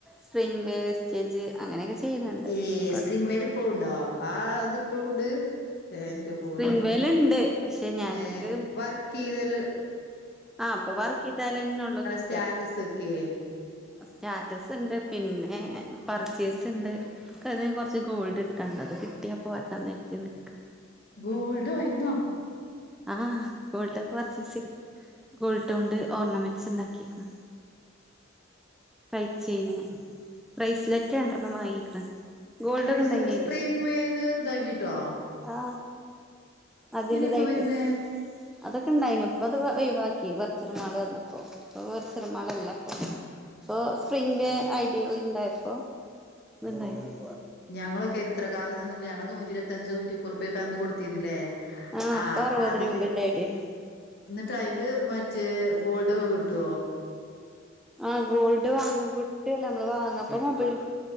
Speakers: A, in the centre; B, on the left (about 55°).
A: സ്പിങ് വേ വെസ്റ്റേജ് അങ്ങനെയൊക്കെ ചെയ്യുന്നുണ്ട്
B: ഏ
A: കൊഴപ്പല്ല
B: സ്പ്രിങ് വേല് പ്പ്ളുണ്ടോ ആ ത്പ്പ്ളുണ്ട് ഏ ന്റെ പോനു
A: സ്പ്രിംഗ് വേല്ണ്ട് പക്ഷെ ഞങ്ങക്ക്
B: ഏ വർക്കെയ്താലല്ലേ
A: ആ പ്പൊ വർക്കിട്ടാലന്നൊള്ളൂ കിട്ട
B: സ്റ്റാറ്റസ് വെക്കേ
A: സ്റ്റാറ്റസ്ണ്ട് പിന്നെ പർച്ചേസ്ണ്ട് ക്ക് ഏതേലും കൊർച്ച് ഗോൾഡ്ട്ടാണ്ട് അത് കിട്ടിയാ പ്പൊ ഒര്ക്കാതെര്ക്ക്ന്ന്ക്ക
B: ഗോൾഡോ അയ്നോ?
A: ആ ഗോൾഡൊക്കെ പർച്ചേസെയ്ത് ഗോൾഡോണ്ട് ഓർണമെന്റ്സ് ണ്ടാക്കീകുണു കൈചെയ്ന് ബ്രയിസ്‌ലെറ്റ് രൻഡ്രെണ്ണം വാങ്ങിക്ക്ണ് ഗോൾഡ്
B: ബ്രീസ്
A: ഒക്കെ ഇണ്ടായിന്
B: സ്പ്രിഗ് വേന്ന് താക്കിട്ടോ
A: ആ അതില്
B: ഇപ്പൊ
A: തായിട്ട്
B: വരുന്നേ
A: അതൊക്കെ ണ്ടായിനു പ്പത് ഒഴിവാക്കി വർച്ചിറ മാള് വന്നപ്പോ പ്പൊ വർച്ചിറമാളല്ലപ്പൊ പ്പൊ സ്പ്രിംഗ് വേ ഐഡികൾ ണ്ടായപ്പോ ത്ണ്ടായി
B: ഞങ്ങളൊക്കെ എത്ര കാലം നിന്നള ഞങ്ങളൊക്കെ എത്ര കാലം നിന്നക്കുണു ഞങ്ങൾ നൂറ്റി ഇരുവത്തഞ്ച് നൂറ്റി മുപ്പുർപ്യക്കെ അന്ന് കൊടുത്തിന്നില്ലേ
A: ആഹ്
B: ആ
A: ഇപ്പൊ അറുപത്
B: അതില്
A: രൂപന്റെ ഐഡിയാണ്
B: ന്നിട്ട് അയ്ല് മറ്റേ ഗോൾഡ്ക്കെ കിട്ടോ
A: ആ ഗോൾഡ് വാങ്ങ ക് ട്ടല്ല മ്മള് വാങ്ങ പ്പ മൊബൈൽ